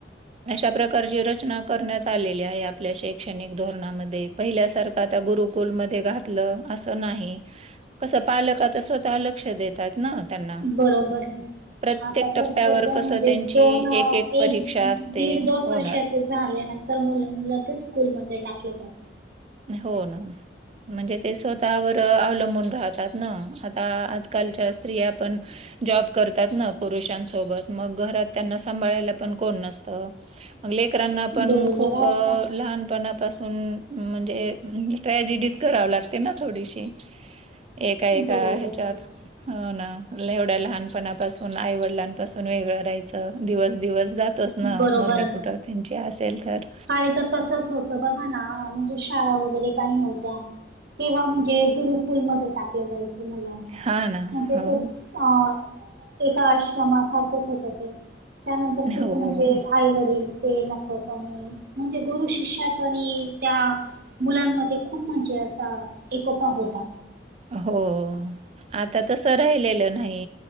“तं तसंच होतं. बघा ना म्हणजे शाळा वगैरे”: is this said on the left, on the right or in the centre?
Right